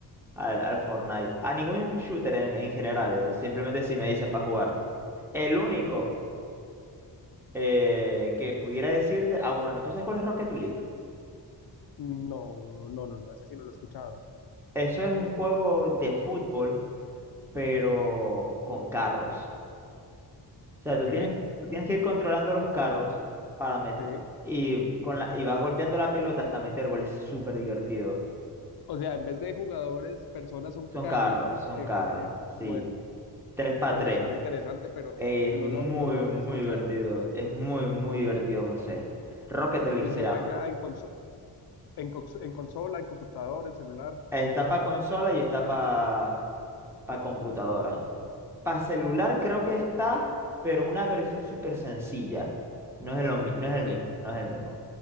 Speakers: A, in the centre; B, on the left.
A: Al, al Fortnite. A ningún shooter en, en general. Simplemente si me dicen para jugar. El único eh, que pudiera decirte. Ah, bueno, ¿tú sabes cuál es Rocket League?
B: No, no, no, no, ese sí no lo he escuchado.
A: Eso es un juego de fútbol, pero con carros. O sea,
B: Ok,
A: tú tienes, tú tienes que ir controlando los carros para meter.
B: sí.
A: Y, con la, y vas golpeando la pelota hasta meter goles. Súper divertido.
B: O sea, en vez de jugadores, personas son
A: Son
B: carros
A: carros,
B: los
A: son
B: que,
A: carros. Sí.
B: bueno,
A: tres para
B: bueno,
A: tres
B: suena interesante, pero
A: Ey, es
B: no
A: muy,
B: lo, no lo había
A: muy
B: escuchado.
A: divertido. Es muy, muy divertido, José. Rocket League
B: Y
A: se
B: se
A: llama.
B: juega en conso- en, cons- en consola, en computador, en celular.
A: Está para consola y está para computadora. Para celular creo
B: Oh,
A: que está, pero una versión súper sencilla. No es el, omi- no es el
B: sí,
A: mismo, no es el mismo.